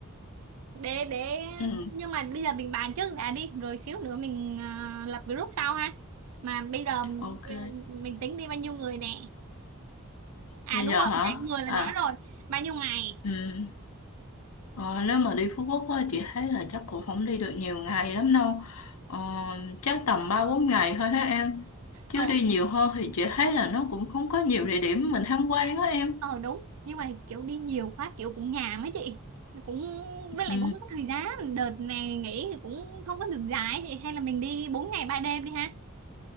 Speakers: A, on the right (about 80°); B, on the left (about 80°).
A: để để
B: ừ,
A: nhưng mà bây giờ mình bàn trước đã đi rồi xíu nữa mình ờ, lập group sau ha mà bây giờ ờ,
B: ok
A: mình tính đi bao nhiêu người nè à
B: bây
A: đúng
B: giờ
A: rồi
B: hả
A: nãy người là
B: à
A: nói rồi bao nhiêu ngày
B: ừ. Ờ, nếu mà đi Phú Quốc á, chị thấy là chắc cũng không đi được nhiều ngày lắm đâu. Ờ, chắc tầm ba bốn ngày thôi hả em. Chứ
A: ồ
B: đi nhiều hơn thì chị thấy là nó cũng không có nhiều địa điểm mình tham quan á em.
A: ờ đúng nhưng mà kiểu đi nhiều quá kiểu cũng nhàm ấy chị cũng
B: Ừ.
A: với lại cũng không có thời gian đợt này nghỉ thì cũng không có được dài ấy chị hay là mình đi 4 ngày 3 đêm đi ha